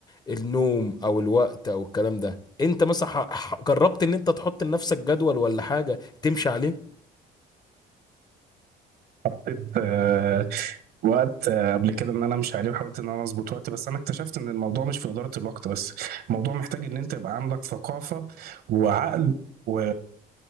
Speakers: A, on the left (about 25°); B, on the right (about 65°).
A: النوم او الوقت او الكلام ده انت مثلا ح- ح- جربت ان انت تحط لنفسك جدول ولا حاجه تمشي عليه
B: حطيت آه، وقت آه، قبل كده ان انا امشي عليه وحاولت ان انا اظبط وقت بس انا اكتشفت ان الموضوع مش في اداره الوقت بس الموضوع محتاج ان انت يبقى عندك ثقافه وعقل و...